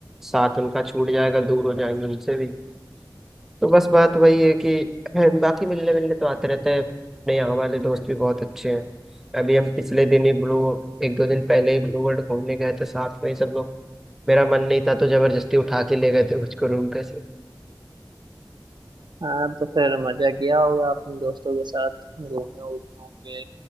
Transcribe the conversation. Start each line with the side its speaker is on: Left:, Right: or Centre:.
Centre: साथ उनका छूट जाएगा दूर हो जाएंगे उनसे भी तो बस बात वही है कि है, बाकी मिलने मिलने तो आते रहते हैं अपने यहाँ वाले दोस्त भी बहुत अच्छे हैं अभी हम पिछले दिन ही ब्लू एक दो दिन पहले ही ब्लू वर्ल्ड घूमने गए थे साथ में ही सब लोग मेरा मन नहीं था तो जबरदस्ती उठा के ले गए थे मुझको रूम पे से
Right: हाँ तो फिर मजा किया होगा अपने दोस्तों के साथ घूमे उमे होंगे